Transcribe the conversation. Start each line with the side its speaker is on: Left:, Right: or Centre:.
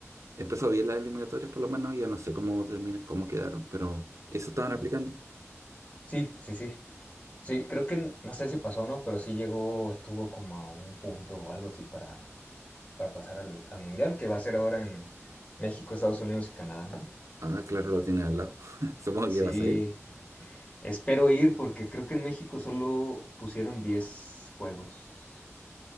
Right: empezó bien las eliminatorias por lo menos, ya no sé cómo terminan, cómo quedaron, pero eso estaban aplicando.
Left: Sí, sí, sí. Sí, creo que no sé si pasó o no, pero sí llegó, estuvo como a un punto o algo así para, para pasar al, al Mundial, que va a ser ahora en México, Estados Unidos y Canadá, ¿no?
Right: Ah, claro, lo tiene al lado. <laughs> Supongo
Left: Sí,
Right: que vas a ir.
Left: espero ir porque creo que en México solo pusieron 10 juegos.